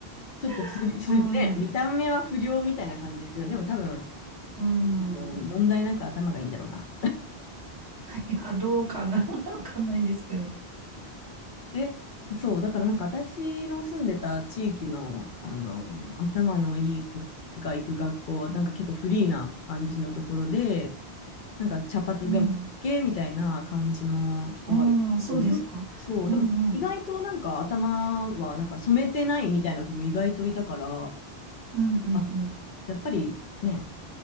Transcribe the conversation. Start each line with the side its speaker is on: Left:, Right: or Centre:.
Left: ちょっとふ、
Right: <laughs>
Left: ふ、
Right: はい。
Left: ね、見た目は不良みたいな感じですけど、でも多分、
Right: うん。
Left: もう問題なく頭がいいんだろうな。
Right: いや、どうかな <laughs> わかんないんですけど。
Left: え、そう、だからなんか私の住んでた地域の、あの、頭のいい子が行く学校は、なんか結構フリーな感じのところで、なんか茶髪でも
Right: うん。
Left: OK みたいな感じの人はいるけど、
Right: ああ、そうですか。
Left: でも、そう、
Right: うんうん。
Left: でも意外となんか頭はなんか染めてないみたいな子も意外といたから、
Right: うんうんうん。
Left: あ、やっぱりね、